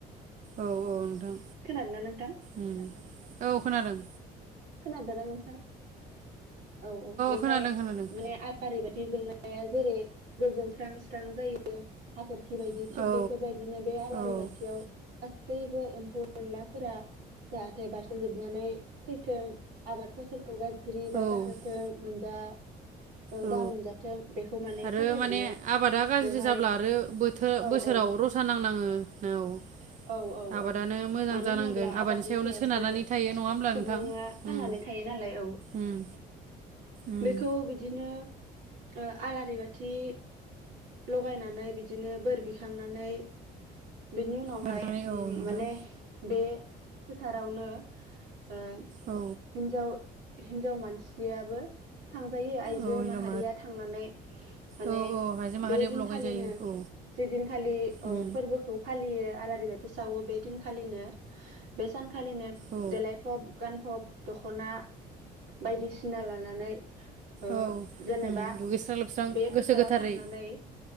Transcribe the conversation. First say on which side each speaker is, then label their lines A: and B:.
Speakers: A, on the right; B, on the right.
A: औ औ। नोंथां
B: खोनादो ना नोंथां?
A: उम औ खोनादों
B: खोनादोना नोंथां? औ औ बेवहाय
A: खोनादों खोनादों
B: माने आल ओरैबाय जि जोमनाया जेरै गोजोन स्रां स्रां जायो। सोरखि बायदि
A: औ
B: थिक बेफोरबायदिनो बे आलारि
A: औ
B: बाथियाव गा- सैबो एम्फौ एनलाफोरा जाहाथे बारसोमजोबनानै थैथों आबाद फसलखौ गाज्रि
A: औ
B: जाहोथों मोनजा ओ
A: औ
B: दा मोनजाथों बेखौ माने
A: आरो
B: फोथायनानै
A: माने आबादा गाज्रि
B: बेवहाय
A: जाब्ला आरो बोथो-बोसोराव
B: औ औ
A: रसा नांनाङो औ
B: औ औ
A: आबादानो
B: औ
A: मोजां
B: मानो
A: जानांगोन
B: होनोब्ला आबादनि
A: सायावनो
B: सायावसो
A: सोनारनानै थायो नङा होमब्ला
B: सुबुङा
A: नोंथां
B: थांनानै
A: उम
B: थायो नालाय औ
A: उम उम
B: बेखौ बिदिनो। ओ आलारि बाथि लगायनानै बिदिनो बोर बिखांनानै बिनि उनाव- हाय
A: ओरैखाय औ नोंथां
B: माने बे फोथारावनो ओ
A: औ
B: हिनजाव हिनजाव मानसियाबो। थांजायो आइजो
A: औ हिनजाव
B: माहारिया थांनानै माने
A: औ औ आइजो माहारियाबो
B: बे दिनखालिनो
A: लगाय जायो औ
B: जे दिनखालि औ
A: उम
B: फोरबोखौ फालियो आला- बाथि सावो बे दिनखालिनो बे सान- खालिनो
A: औ
B: देलायफब गानफब दख'ना बायदिसिना लानानै ओ
A: औ
B: जेनेबा
A: उम दुगैस्रां लोबस्रां
B: बे
A: गोसो
B: फोथाराव
A: गोथारै
B: थांनानै